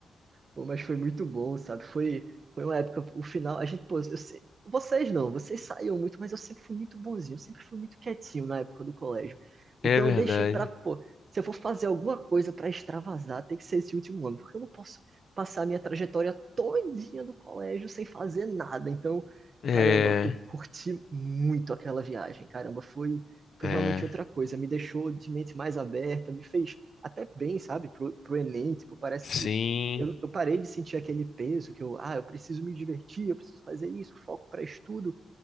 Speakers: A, on the right (about 40°); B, on the left (about 55°).
A: Pô, mas foi muito bom, sabe? Foi, foi uma época, o final, a gente, pô, eu se- vocês não, vocês saíam muito, mas eu sempre fui muito bonzinho, eu sempre fui muito quietinho na época do colégio.
B: É
A: Então
B: verdade.
A: eu deixei pra, pô, se eu for fazer alguma coisa pra extravasar, tem que ser esse último ano, porque eu não posso passar a minha trajetória todinha do colégio sem fazer nada. Então,
B: É,
A: caramba, eu curti muito aquela viagem, caramba, foi, foi
B: é,
A: realmente outra coisa, me deixou de mente mais aberta, me fez até bem, sabe, pro, pro Enem, tipo, parece
B: sim.
A: que eu, eu parei de sentir aquele peso que eu, ah, eu preciso me divertir, eu preciso fazer isso, foco para estudo.